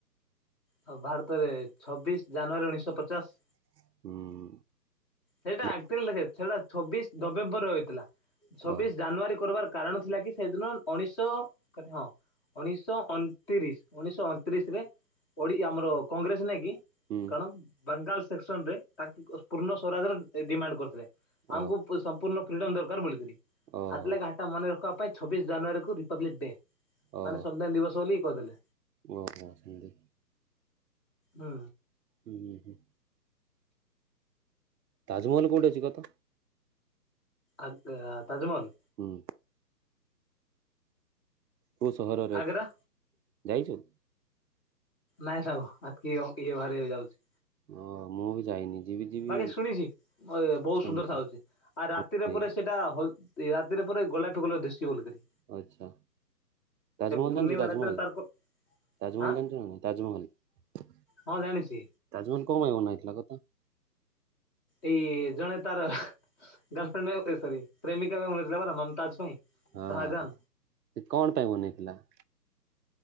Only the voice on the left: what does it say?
ଆଉ ଭାରତ ରେ, ଛବିଶ୍ ଜାନୁଆରୀ, ଉଣେଇଶ ପଚାଶ୍।
ସେଇଟା
ଆକ୍ଚୁଆଲି, ଦେଖେ ସେଇଟା ଛବିଶ ନଭେମ୍ବର ରେ ହୋଇଥିଲା, ଛବିଶ
ଜାନୁଆରୀ କରବାର୍ କାରଣ ଥିଲା କି, ସେଇଦିନ ଉଣେଇଶ କେତେ? ହଁ। ଉଣିଶ ଶହ ଅଣତିରିଶି, ଉଣେଇ ଶହ ଅଣତିରିଶ, ରେ ଓଡି ଆମର, କଂଗ୍ରେସ ନାଇଁ କି?
କଣ ବାଙ୍ଗାଲ୍ ସେକ୍ସନ୍ ରେ ତାଙ୍କକ ପୂର୍ଣ୍ଣ ସ୍ୱରାଜର ଡିମାଣ୍ଡ କରିଥିଲେ।
ଆମକୁ ସମ୍ପୂର୍ଣ୍ଣ ଫ୍ରିଡମ୍ ଦରକାର ବୋଲିକିରି
ହାତ୍ ଲେ ଘା ତା ମନେ ରଖବା ପାଇଁ, ଛବିଶ ଜାନୁଆରୀ, କୁ ରିପବ୍ଲିକ୍ ଡେ,
ମାନେ ସମ୍ବିଧାନ ଦିବସ, ବୋଲି କହିଦେଲ।
ହୁଁ।
ଆଗ୍ ଅ ତାଜମହଲ୍!
ଆଗ୍ରା
ନାଇଁ ସାଙ୍ଗ, ଆତ୍ କି ୟ ଇଏ ବାହାରି <unintelligible> ଯାଉଛି।
ବାକି ଶୁଣିଛି, ବ-ବହୁତ
ସୁନ୍ଦର ଥାଉଛି। ଆଉ ରାତିରେ
ପରେ ସେ ଏଇଟା ହଲ୍ ରାତିରେ ପରେ ଗୋଲାପୀ କଲର୍ ଦିଶୁଛି ବୋଲିକିରି।
ପୂର୍ଣ୍ଣିମା
ରାତିରେ ତାର କ
ହାଁ
ହଁ ଜାଣିଛି
ଏଇ ଜଣେ ତାର ଗାର୍ଲଫ୍ରେଣ୍ଡ ଏ ସରି୍ ପ୍ରେମିକା ପାଇଁ ବାନେଇଥିଲା ପରା ମମତାଜ ପାଇଁ।
ଶାହାଜାନ